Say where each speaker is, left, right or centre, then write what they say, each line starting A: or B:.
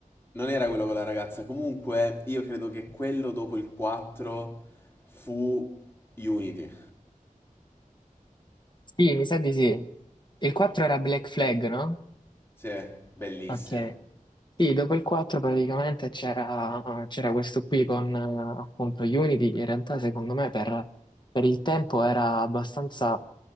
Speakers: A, on the left; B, on the left.
A: non era quello con la ragazza. Comunque, io credo che quello dopo il 4 fu Unity.
B: Sì, mi sa di sì. Il 4 era Black Flag, no?
A: Sì, bellissimo.
B: Ok. Sì, dopo il 4 praticamente c'era c'era questo qui con eh, appunto Unity, che in realtà secondo me per per il tempo era abbastanza